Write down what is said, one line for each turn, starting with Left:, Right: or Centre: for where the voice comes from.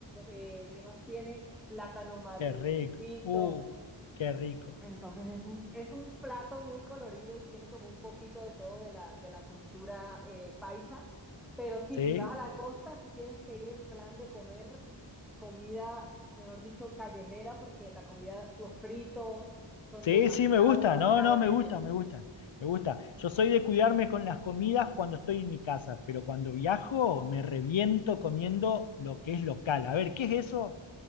Centre: eh, ¿qué más tiene? Plátano maduro
Left: qué rico.
Centre: frito,
Left: Uh, qué rico.
Centre: entonces es un, es un plato muy colorido y tiene como un poquito de todo de la, de la cultura eh, paisa, pero sí,
Left: ¿Sí?
Centre: si vas a la costa, sí tienes que ir en plan de comer comida, mejor dicho, callejera, porque la comida, los fritos son
Left: Sí,
Centre: demasiado,
Left: sí, me gusta.
Centre: demasiado
Left: No, no,
Centre: ricos.
Left: me gusta, me gusta. Me gusta. Yo soy de cuidarme con las comidas cuando estoy en mi casa, pero cuando viajo me reviento comiendo lo que es local. A ver, ¿qué es eso?